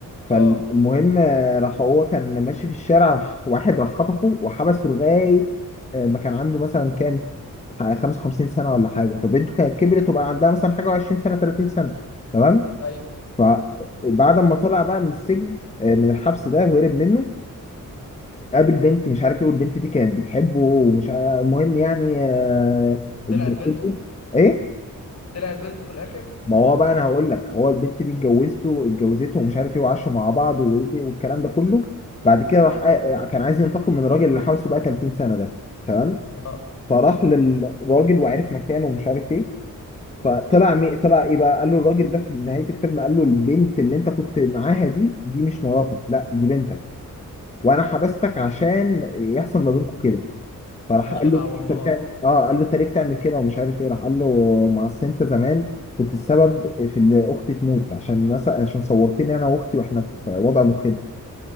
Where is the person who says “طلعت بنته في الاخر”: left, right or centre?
Left